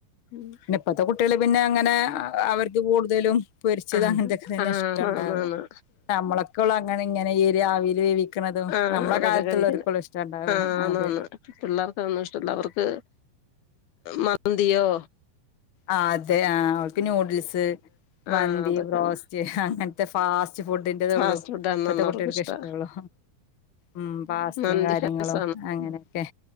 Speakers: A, on the left; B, on the left.
A: ഉം.
B: പിന്നെ ഇപ്പത്തെ കുട്ടിൾ പിന്നെ അങ്ങനെ അ അവര് ഇത് കൂടുതലും പൊരിച്ചതും
A: ആഹ്
B: അങ്ങൻതൊക്കെ തന്നെ
A: ആഹ്
B: ഇഷ്ട്ടണ്ടാവാ
A: ആന്ന് ആന്ന്
B: അ അമ്മൾഒക്കെ ഉള്ളു അങ്ങനെ ഇങ്ങനെ ഈ ഒരു ആവിൽ വേവിക്ക്ണതും
A: ആഹ് ആഹ്
B: അമ്മളെ
A: അതൊക്കെ
B: കാലത്ത്ള്ളോര്ക്ക്
A: കഴിക്കുന്ന
B: ഒള്ളു ഇഷ്ട്ടണ്ടാവ
A: ആഹ് ആന്ന്
B: അതെ
A: ആന്ന് പിള്ളേർക്ക് അതൊന്നും ഇഷ്ടല്ല അവർക്ക് മന്തിയോ
B: ആ അതെ ആ ആ ഓൽക്ക് ന്യൂഡിൽസ് മന്തി
A: ആഹ അതൊക്കെയാണ്
B: ബ്രോസ്റ്റ് അങ്ങനത്തെ ഫാസ്റ്റ് ഫുഡിന്റെതള്ളൂ
A: ഫാസ്റ്റ് ഫുഡ ആണന്ന
B: ഇപ്പത്തെ കുട്ടികൾക്ക്
A: അവർക്ക ഇഷ്ടാ
B: ഇഷ്ടള്ളൂ ഉം പാസ്തയും
A: നതി
B: കാര്യങ്ങളും
A: ഫസ
B: അങ്ങനെയൊക്കെ